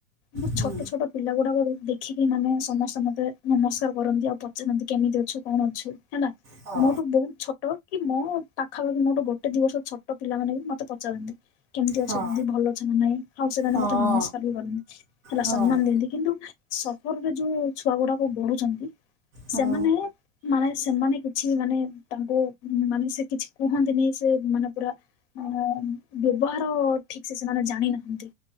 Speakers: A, on the left; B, on the right.
A: ମୁଁ
B: ହୁଁ,
A: ଛୋଟ ଛୋଟ ପିଲା ଗୁଡାକ ଦେଖିକି ମାନେ ସମସ୍ତେ ମତେ ନମସ୍କାର କରନ୍ତି ଆଉ ପ ପଚାରତି କେମିତି ଅଛୁ କଣ ଅଛୁ ହେଲା
B: ହଁ
A: ମୋଠୁ ବହୁତ ଛୋଟ କି ମୋ ପାଖାପାଖି ମୋଠୁ ଗୋଟେ ଦି ବର୍ଷ ଛୋଟ ଛୋଟ ପିଲାମାନୋ ବି ମତେ ପଚାରନ୍ତି କେମିତି ଅଛନ୍ତି
B: ହଁ
A: ଦିଦି ଭଲ ଅଛନ୍ତି ନାଇଁ ଆଉ ସେମାନେ
B: ହଁ
A: ମତେ ନମସ୍କାର ହେଲା
B: ହଁ
A: ସମ୍ମାନ ଦିଅନ୍ତି କିନ୍ତୁ ସଫରରେ ଯୋଉ ଛୁଆ ଗୁଡାକ ବଢୁଛନ୍ତି
B: ହଁ
A: ସେମାନେ ମାନେ ସେମାନେ କିଛି ମାନେ ତାଙ୍କୁ ମାନେ ସେ କିଛି କୁହନ୍ତିନି ସେ ମାନେ ପୁରା ଅ ବ୍ୟବହାର ଠିକ ସେ ସେମାନେ ଜାଣିନାହାନ୍ତି